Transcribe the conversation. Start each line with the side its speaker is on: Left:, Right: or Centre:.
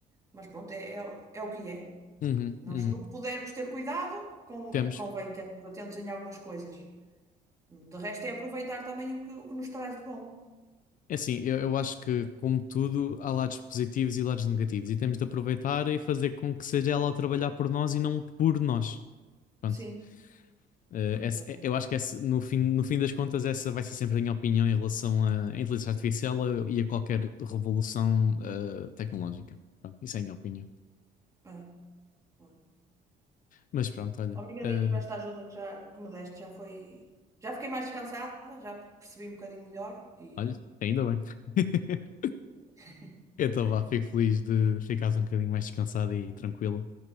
Right: mas pronto, é, é, o- é o que é.
Left: Uhum,
Right: Nós,
Left: uhum.
Right: no que pudermos ter cuidado, com,
Left: Temos.
Right: convém termos atentos em algumas coisas. De resto, é aproveitar também o que, o que nos traz de bom.
Left: É assim, eu, eu acho que, como tudo, há lados positivos e lados negativos, e temos de aproveitar e fazer com que seja ela a trabalhar por nós e não por nós. Pronto.
Right: Sim,
Left: Eh, essa-
Right: exatamente.
Left: eh, eu acho que essa- no fim, no fim das contas, essa vai ser sempre a minha opinião em relação à à inteligência artificial eh, e a qualquer revolução eh, tecnológica. Pronto, isso é a minha opinião.
Right: É, olha.
Left: Mas pronto, olha.
Right: Obrigadinho
Left: eh,
Right: por esta ajuda que, já, que me deste. Já foi. Já fiquei mais descansada, já percebi um bocadinho melhor e.
Left: olha, ainda bem. <laughs>
Right: <laughs>
Left: Então vá, fico feliz de ficares um bocadinho mais descansado e tranquilo.